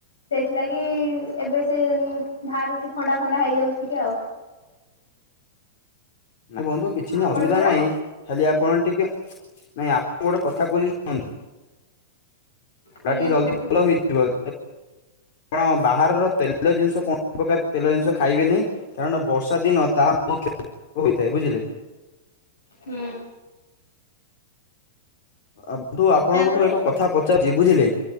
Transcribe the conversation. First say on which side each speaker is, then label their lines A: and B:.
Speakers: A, on the left; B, on the left.
A: ସେଇଥିଲାଗି ଏବେ ସେ ବାହାରୁଛି ଥଣ୍ଡା ଫଣ୍ଡା ହେଇଯାଉଛି ଟିକେ ଆଉ। <inaudible>
B: ବନ୍ଧୁ କିଛି
A: ଆପଣଙ୍କର
B: ଅସୁବିଧା ନାହିଁ। ଖାଲି ଆପଣ ଟିକେ ନାଇଁ ଆପଣ ଗୋଟେ କଥା <unintelligible> ଶୁହନ୍ତୁ।
A: ଆଜ୍ଞା
B: ତା ଟିକେ ଜଲଦି
A: କୁହନ୍ତୁ
B: ଭଲ ହେଇଯିବ। ଆପଣ ବାହାରର ତେଲ ଜିନିଷ କୌଣସି ପ୍ରକାର ତେଲ ଜିନିଷ ଖାଇବେ ନାହିଁ। କାରଣ ବର୍ଷା ଦିନ ତାହା ବହୁତ କ୍ଷତି ହୋଇଥାଏ ବୁଝିଲେ।
A: ହୁଁ।
B: ଆନ୍ତୁ ଆପଣଙ୍କଠୁ
A: ତାପରେ
B: ଏକ କଥା ପଚାରୁଛି ବୁଝିଲେ